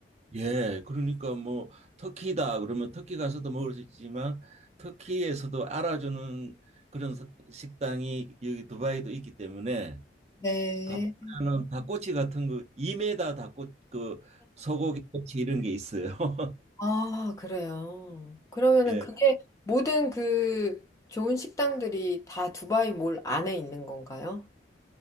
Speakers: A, on the right (about 35°); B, on the left (about 15°).
A: 예, 그러니까 뭐 터키다 그러면 터키 가서도 먹을 수 있지만 터키에서도 알아주는 그런 서- 식당이 여기 두바이도 있기 때문에
B: 네.
A: 가보면은 닭꼬치 같은 거 2m 닭꼬 그 소고기 꼬치 이런 게 있어요. <laughs>
B: 아, 그래요. 그러면은
A: 예.
B: 그게 모든 그 좋은 식당들이 다 두바이 몰 안에 있는 건가요?